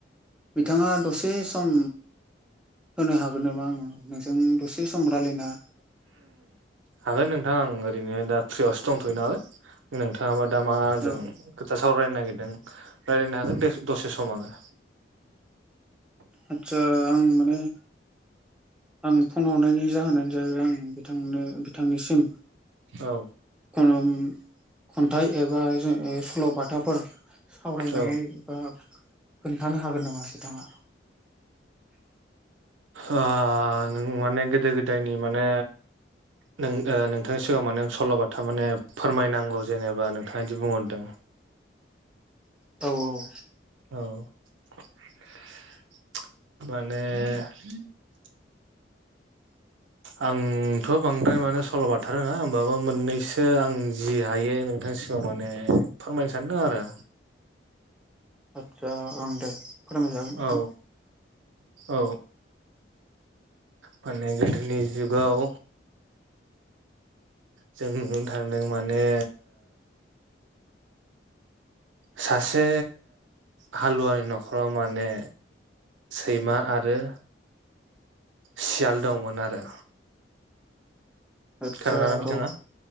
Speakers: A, in the centre; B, on the right.
A: बिथाङा दसे सम होनो हागोन नामा आङो नोंजों दसे सम रायलायना
B: हागोन नोंथां आं ओरैनो दा फ्रियावसो दंथ'यो नालाय नोंथाङाबा दामा जों
A: औ
B: सावरायनो नागिरदों रायजलायनो हागोन दसे सम आनो
A: आचसा आं माने आं फन हरनायनि जाहोनानो जाबाय आं बिथांनो बिथांनिसिम
B: औ
A: खन खन्थाइ एबा सल'बाथाफोर सावरायनानै
B: औ
A: बा खोन्थानो हागोन नामा बिथाङा <inaudible>
B: ओ नों माने गोदो गोदायनि माने नों नोंथांनि सिगाङाव माने आं सल'बाथा माने फोरमायनांगौ जेनेबा नोंथाङा बिदि बुंहरदों
A: <inaudible> औ औ
B: औ माने
A: <inaudible>
B: आंथ' बांद्राय माने सल'बाथाथारोङा होनोमबाबो मोननैसो आं जि हायो नोंथां गोसोआव माने फोरमायनो सानदों आरो
A: <inaudible> आचसा ओं दे फोरमाय जागोन नोंथां।
B: औ औ माने गोदोनि जुगााव जोंनो थांदों माने सासे हालुवानि न'खराव माने सैमा आरो सियाल दंमोन आरो
A: आतसा
B: खोनादोंना बिथाङा
A: औ।